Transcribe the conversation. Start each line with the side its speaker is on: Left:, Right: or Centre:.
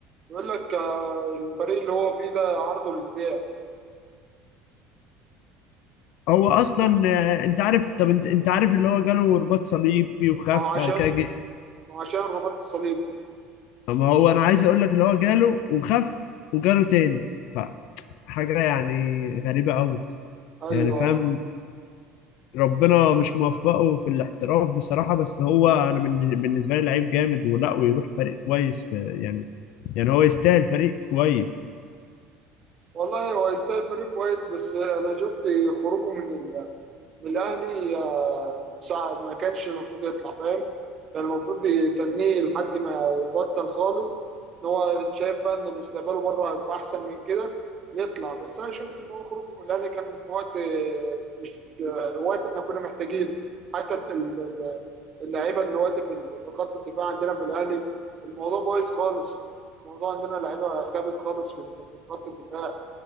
Right: بيقول لك آه، الفريق اللي هو فيه ده عرضه للبيع
Left: هو اصلا آه، انت عارف طب انت انت عارف اللي هو جاله رباط صليبي وخف
Right: ما هو عشان
Left: بعد كده جه-
Right: ما هو عشان رباط الصليب
Left: ما هو انا عايز اقول لك اللي هو جاله وخف وجاله تاني فحاجه يعني غريبه قوي
Right: ايوه
Left: يعني فاهم ربنا مش موفقه في الاحتراف بصراحه بس هو انا بالن- بالنسبه لي لعيب جامد ولا ويروح فريق كويس في يعني يعني هو يستاهل فريق كويس
Right: والله هو يستاهل فريق كويس بس انا شفت خروجه من ال... من الاهلي آه، صعب ما كانش المفروض يطلع فاهم كان المفروض يتنيه لحد ما يبطل خالص ان هو شايف بقى ان مستقبله بره هيبقى احسن من كده يطلع بس انا شفت ان هو خروجه من الاهلي كان في وقت آه، مش آه، وقت احنا كنا محتاجينه حتى ال- ال- اللعيبه دلوقتي في ال- في خط الدفاع عندنا في الاهلي الموضوع بايظ خالص الموضوع عندنا لعيبه خابت خالص في ال- في خط الدفاع